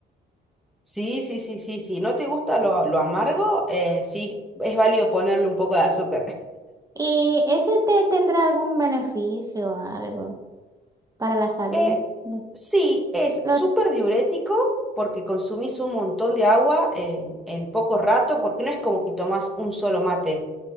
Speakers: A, in the centre; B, on the right.
A: Sí, sí, sí, sí, sí. ¿No te gusta lo, lo amargo? Eh, sí, es válido ponerle un poco de azúcar.
B: ¿Y ese té tendrá algún beneficio o algo para la salud?
A: Eh,
B: De-
A: sí, es
B: Lo,
A: súper diurético porque consumís un montón de agua eh, en poco rato, porque no es como que tomás un solo mate,